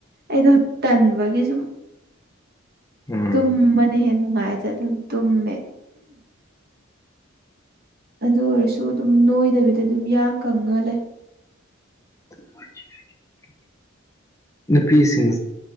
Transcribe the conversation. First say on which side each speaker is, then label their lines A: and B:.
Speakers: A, on the right (about 50°); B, on the left (about 15°).
A: ꯑꯩꯗꯣ ꯇꯟꯕꯒꯤ ꯁꯨꯝ
B: ꯎꯝ
A: ꯇꯨꯝꯕꯅ ꯍꯦꯟꯅ ꯅꯨꯡꯉꯥꯏꯗꯥ ꯑꯗꯨꯝ ꯇꯨꯝꯃꯦ ꯑꯗꯨ ꯑꯣꯏꯔꯁꯨ ꯑꯗꯨꯝ ꯅꯣꯏꯗꯕꯤꯗ ꯑꯗꯨꯝ ꯌꯥꯡ ꯀꯪꯉꯥ ꯂꯩ
B: <unintelligible> ꯅꯨꯄꯤꯁꯤꯡ